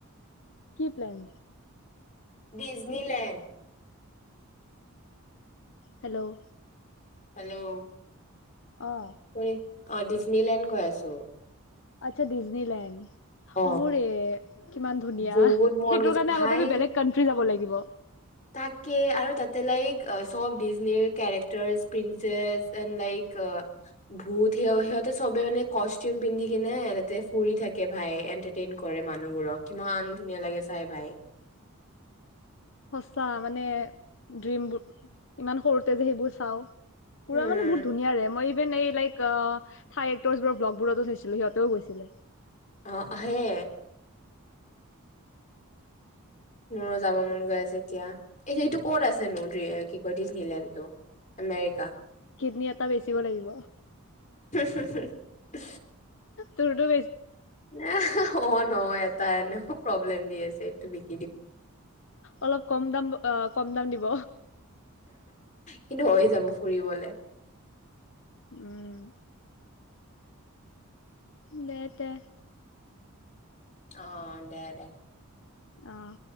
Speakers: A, on the left (about 55°); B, on the left (about 35°).
A: কি প্লেন?
B: ডিজনীলেণ্ড।
A: হেল্ল'
B: হেল্ল'
A: অঁ
B: চৰি অ ডিজনীলেণ্ড গৈ আছো
A: আচ্ছা ডিজনীলেণ্ড
B: অ।
A: অহ ৰে কিমান ধুনীয়া
B: বহুত মন
A: সেইটোৰ
B: গৈছে
A: কাৰণে
B: ভাই
A: আগতে আমি বেলেগ কাণ্ট্ৰী যাব লাগিব থাকিব
B: তাকে আৰু তাতে লাইক চব ডিজনীৰ কেৰেক্টাৰ প্ৰিন্সেছ এন লাইক ভূত স সিহঁতে চবে মানে কষ্টিউম পিন্ধি কিনে তাতে ফুৰি থাকে ভাই এণ্টাৰটেইন কৰে মানুহবোৰক কিমান ধুনীয়া লাগে চাই ভাই
A: সচা মানে ড্ৰিমবোৰ ইমান সৰুতে যে সেইবোৰ চাওঁ পুৰা
B: উম
A: মানে বহুত ধুনীয়াৰে মই এণ্ড আই লাইক আ থাই এক্টৰছবোৰক ভ্লগবোৰতো থৈছিলে, সিহঁতেও গৈছিলে
B: অ আহে মোৰো যাব মন গৈ আছে এতিয়া এ সেইটোক ক'ত আছে নো কি কৈ দিজনী নিলেণ্তৌ আমেৰিকা
A: কিডনী এটা বেচিব লাগিব
B: উ
A: তোৰ টো
B: <unintelligible> ন এটা এনেও প্ৰব্লেম দি আছে এইটো বিষ
A: অলপ কম দাম অ কম দাম দিব
B: কিন্তু হৈ যাব ফুৰিবলে
A: উম দে তে
B: আহ দে দে
A: অহ